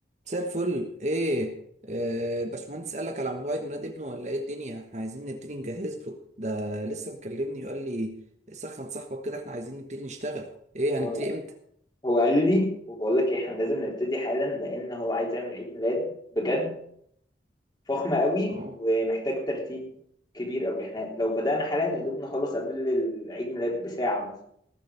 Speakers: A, on the right; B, on the left.
A: مساء الفل ايه آه، الباشمهندس قال لك على موضوع عيد ميلاد ابنه ولا ايه الدنيا احنا عايزين نبتدي نجهز له ده لسه مكلمني وقال لي سخن صاحبك كده احنا عايزين نبتدي نشتغل ايه
B: هو
A: هنبتدي امتى
B: هو قال لي وبقول لك إيه، احنا لازم نبتدي حالا لان هو عايز يعمل عيد ميلاد بجد فخمة قوي
A: اه
B: ومحتاج ترتيب كبير قوي احنا لو بدأنا حالا يا دوب نخلص قبل العيد ميلاد بساعة مثلا